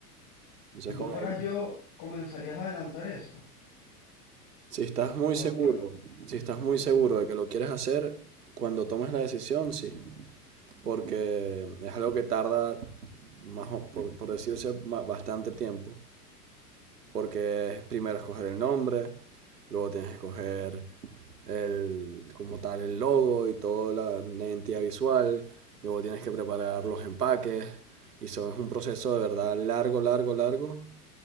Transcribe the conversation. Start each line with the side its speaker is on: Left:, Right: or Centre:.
Right: Entonces,
Left: Si tú
Right: con
Left: fueras
Right: él,
Left: yo, ¿comenzarías a adelantar eso?
Right: si estás muy
Left: O
Right: seguro,
Left: espe-
Right: si estás muy seguro
Left: Ok,
Right: de que lo quieres hacer, cuando tomes la decisión, sí. Porque es algo que tarda, más o- por, por decirse, ma- bastante tiempo. Porque primero escoger el nombre, luego tienes que escoger el, como tal el logo y toda la, la identidad visual, luego tienes que preparar los empaques y eso es un proceso de verdad largo, largo, largo,